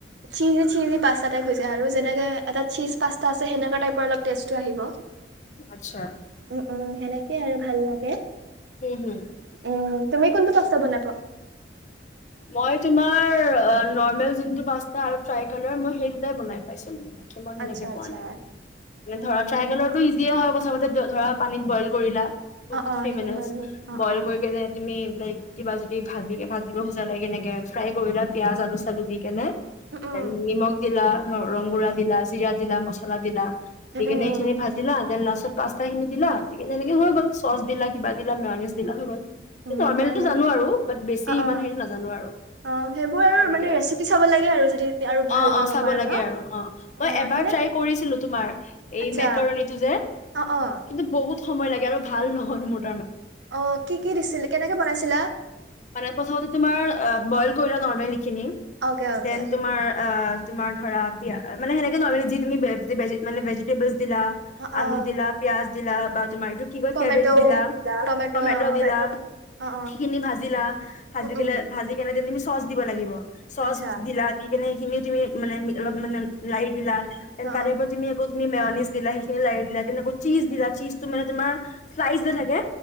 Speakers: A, on the right; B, on the left.
A: চিজি চিজি পাষ্টা টাইপ হৈ যায় আৰু যেনেকে এটা চিজ পাষ্টা আছে সেনকা টাইপৰ অলপ টেষ্টতো আহিব।
B: আচ্ছা।
A: উম উম, সেনেক কেই আৰু ভাল লাগে।
B: হুম, হুম।
A: উম। তুমি কোনটো পাষ্টা বনা
B: মই তোমাৰ অ, নৰ্মেল যোনটো পাষ্টা আৰু ট্ৰাই কালৰ, মই সেই দুটাই বনাই পাইছো মানে মই সেনেকে
A: আচ্ছা
B: পোৱা
A: আচ্ছা
B: নাই মানে,
A: উম
B: ধৰা ট্ৰাইকলৰো
A: সেনে
B: ইজিয়ে হয় প্ৰথমতে ধ ধৰা পানীত বইল কৰিলা। টু
A: অ অ
B: থ্ৰী
A: সেইখিনি
B: মিনিট,
A: বাৰু অ
B: বইল
A: অ
B: কৰি কিনে তুমি ধৰা এইটি বাজি দি ভাজি ভাজিব খোজা লাগে সেনেকে ফ্ৰাই কৰিলা পিয়াজ আলু চালু দি কিনে।
A: উম
B: এন নিমগ দিলা। ৰংগুৰা দিলা, জিৰা দিলা, মছলা দিলা।
A: উম
B: দি
A: উম
B: কিনে
A: উম
B: এইখিনি ভাজি লোৱা দেন লাষ্টত পাষ্টাখিনি দিলা। দি কিনে এনেকে হৈ
A: উম
B: গ'ল, চচ দিলা কিবা দিলা মেওনিজ দিলা হৈ গ'ল।
A: উম উম
B: নৰ্মেলটো
A: হয় হয়
B: জানো আৰু। বেছি
A: অ
B: ইমান
A: অ
B: হেৰি নাজানো আৰু
A: অ সেইবোৰ
B: সেনেকে
A: মানে
B: আৰু
A: ৰেচিপি চাব লাগে আৰু যদি আৰু
B: অ'
A: ভাল
B: অ'
A: বনাব
B: চাব
A: পাৰা
B: লাগে
A: ন
B: আৰু অ',
A: অ
B: মই এবাৰ
A: সেনে
B: ট্ৰাই কৰিছিলো, তোমাৰ এই
A: আচ্ছা
B: মেকৰণীটো যে
A: অ অ
B: কিন্তু সহজ সময় লাগে আৰু ভাল নহ'ল মোৰ।
A: অ' কি কি দিছিল কেনেকে বনাইছিলা।
B: হোৱা নাই। প্ৰথমতেতো তোমাৰ বইল কৰি লবা নৰমেলি। খিনি
A: অকে অকে
B: দেন তোমাৰ অ' তোমাৰ ধৰা পিয়া মানে সেনেকে নৰ্মেলি যি তুমি মানে ভেজিটেবল দিলা
A: অ অ
B: আলু দিলা পিয়াজ দিলা বা। তোমাৰ এইটো কি কয়
A: টমেট'
B: কেবেজ দিলা,
A: টমেট'
B: টমেটো
A: অ অ
B: দিলা
A: অ
B: সেইখিনি ভাজিলা। ভাজি
A: উম
B: পেলে
A: উম
B: ভাজি কেনে তুমি চ চচ দিব লাগিব। চচ
A: আচ্ছা
B: দিলা দি কিনে খিনি তুমি মানে অলপ মানে লাৰি দিলা।
A: অ
B: তাৰে ওপৰত তুমি আ তুমি মেউনিজ দিলা সেইখিনি ল দিলা আকৌ চীজ দিলা চীজটো মানে তোমাৰ শ্লাইচ যে থাকে।